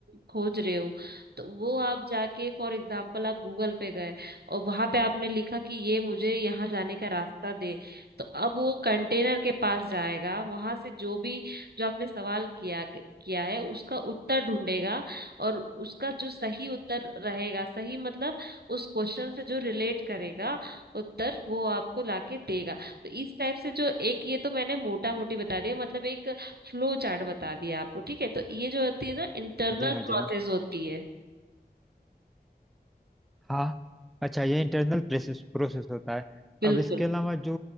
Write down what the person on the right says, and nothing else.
खोज रहे हो तो वो आप जाके फॉर एग्जांपल आप गूगल पे गए और वहां पे आपने लिखा कि ये मुझे यहाँ जाने का रास्ता दे तो अब वो कंटेनर के पास जाएगा वहां से जो भी जो आपने सवाल किया किया है उसका उत्तर ढूंढेगा और उसका जो सही उत्तर रहेगा सही मतलब उस क्वेश्चन से जो रिलेट करेगा उत्तर वो आपको लाके देगा तो इस टाइप से जो एक ये तो मैंने मोटा मोटी बता दिया मतलब एक फ्लो चार्ट बता दिया आपको ठीक है तो ये जो होती है ना इंटरनल
प्रोसेस
होती है
बिल्कुल